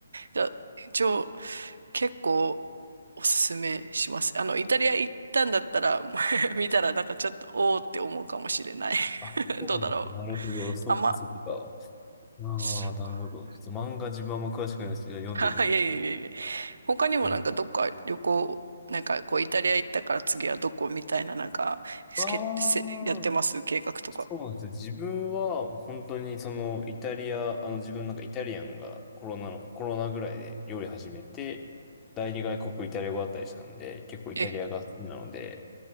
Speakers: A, on the right; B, on the left.
A: じゃあ、一応、結構おすすめします。あの、イタリア行ったんだったら、もう <laughs> 見たらなんかちょっと、おーって思うかもしれない。
B: あ、
A: <laughs>
B: そうなんだ。
A: どうだろう。
B: なるほど。そっかそっか。
A: あんま、
B: ああ、
A: そう
B: なるほど。ちょっと漫画自分はあんま詳しくないですけど、読んでみようか。
A: か <laughs> いやいやいやいや。他にもなんかどっか旅行、
B: なる
A: なんかこうイタリア行ったから次はどこみたいななんか、スケ、
B: ほどああ。
A: せやってます計画とか。
B: そうなんですよ。自分は本当にそのイタリア、あの自分なんかイタリアンがコロナの、コロナぐらいで料理始めて、第二外国イタリア語だったりしたんで、結構イタリアが好きなので、
A: え、